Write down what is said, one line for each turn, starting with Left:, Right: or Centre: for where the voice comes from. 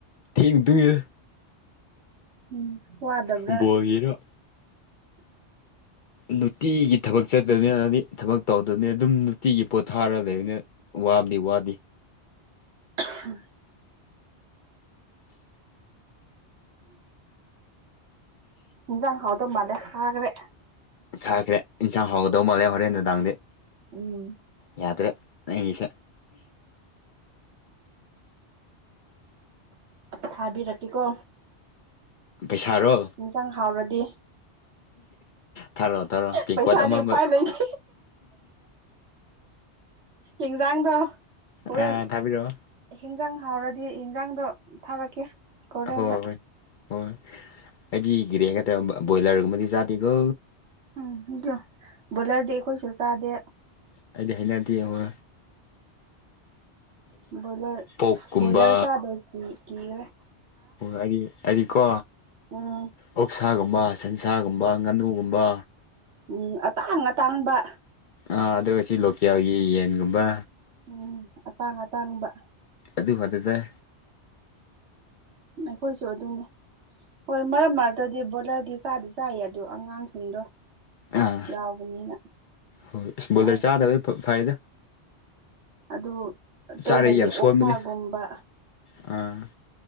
Left: ꯊꯦꯡꯅ ꯇꯨꯝꯃꯦ
Right: ꯎꯝ ꯋꯥꯗꯕ꯭ꯔꯥ
Left: ꯐꯨꯠꯕꯣꯜꯒꯤꯔ ꯅꯨꯡꯇꯤꯒꯤ ꯊꯕꯛ ꯆꯠꯇꯕꯅꯤꯗꯤ ꯊꯕꯛ ꯇꯧꯗꯕꯅꯤ ꯑꯗꯨꯝ ꯅꯨꯡꯇꯤꯒꯤ ꯄꯣꯠꯊꯥꯔꯒ ꯂꯩꯕꯅꯦ ꯋꯥꯕꯗꯤ ꯋꯥꯗꯤ
Right: <unintelligible> ꯏꯟꯖꯥꯡ ꯍꯥꯎꯗꯣ ꯃꯥꯂꯦ ꯍꯥꯒ꯭ꯔꯦ
Left: ꯍꯥꯒ꯭ꯔꯦ ꯏꯟꯁꯥꯡ ꯍꯧꯒꯗꯧ ꯃꯥꯜꯂꯦ ꯍꯣꯔꯦꯟ ꯅꯨꯡꯗꯥꯡꯗꯤ
Right: ꯎꯝ
Left: ꯌꯥꯗ꯭ꯔꯦ ꯅꯪꯒꯤꯁꯦ
Right: ꯊꯥꯕꯤꯔꯛꯀꯦꯀꯣ
Left: ꯄꯩꯁꯥꯔꯣ
Right: ꯏꯟꯖꯥꯡ ꯍꯥꯎꯔꯗꯤ
Left: ꯊꯥꯔꯣꯑꯣ ꯊꯥꯔꯣꯑꯣ ꯇꯦꯡꯀꯣꯠ
Right: ꯄꯩꯁꯥꯗꯤ
Left: ꯑꯃꯝꯃꯥ
Right: ꯎꯄꯥꯏ ꯂꯩꯇꯦ ꯏꯤꯡꯖꯥꯡꯗꯣ ꯍꯣꯔꯦꯟ
Left: ꯑꯥ ꯊꯥꯕꯤꯔꯛꯑꯣ
Right: ꯍꯤꯟꯖꯥꯡ ꯍꯥꯎꯔꯗꯤ ꯏꯟꯖꯥꯡꯗꯣ ꯊꯥꯔꯛꯀꯦ ꯀꯣꯔꯦꯜꯗ
Left: ꯍꯣꯏ ꯍꯣꯏ ꯍꯣꯏ ꯑꯩꯗꯤ <unintelligible> ꯕꯣꯏꯂꯔꯒꯨꯝꯕꯗꯤ ꯆꯥꯗꯦꯀꯣ
Right: ꯎꯝ ꯕꯣꯂꯔꯗꯤ ꯑꯩꯈꯣꯏꯁꯨ ꯆꯥꯗꯦ
Left: ꯑꯩꯗꯤ ꯍꯩꯅꯗꯦ ꯉꯣ
Right: ꯕꫭꯏꯂꯔ
Left: ꯄꯣꯛꯀꯨꯝꯕ
Right: ꯕꫭꯏꯂꯔ ꯆꯥꯗꯨꯏꯁꯤ ꯀꯤꯒ꯭ꯔꯦ
Left: ꯍꯥꯏꯔꯤ ꯍꯥꯏꯔꯤ ꯀꯣ
Right: ꯎꯝ
Left: ꯑꯣꯛꯁꯥꯒꯨꯝꯕ ꯁꯟꯁꯥꯒꯨꯝꯕ ꯉꯥꯅꯨꯒꯨꯝꯕ
Right: ꯎꯝ ꯑꯇꯥꯡ ꯑꯇꯥꯡꯕ
Left: ꯑꯥꯥ ꯑꯗꯨꯒ ꯁꯤ ꯂꯣꯀꯦꯜꯒꯤ ꯌꯦꯟꯒꯨꯝꯕ
Right: ꯎꯝ ꯑꯇꯥꯡ ꯑꯇꯥꯡꯕ
Left: ꯑꯗꯨ ꯈꯠꯇꯥ ꯆꯥꯏ
Right: ꯑꯩꯈꯣꯏꯁꯨ ꯑꯗꯨꯅꯤ ꯍꯣꯏ ꯃꯔꯛ ꯃꯔꯛꯇꯗꯤ ꯕꯣꯏꯂꯔꯗꯤ ꯆꯥꯗꯤ ꯆꯥꯏ ꯑꯗꯨꯗꯣ ꯑꯉꯥꯡꯁꯤꯡꯗꯣ
Left: ꯑꯥ
Right: ꯌꯥꯎꯕꯅꯤꯅ
Left: ꯍꯣꯏ
Right: ꯆꯥꯏ
Left: ꯕꯣꯂꯔ ꯆꯥꯗꯕ ꯐꯥꯏꯗ
Right: ꯑꯗꯨ ꯇꯣꯏꯅꯗꯤ
Left: ꯆꯥꯔꯗꯤ ꯌꯥꯝ ꯁꯣꯟꯕꯅꯤ
Right: ꯑꯣꯛꯁꯥꯒꯨꯝꯕ
Left: ꯑꯥ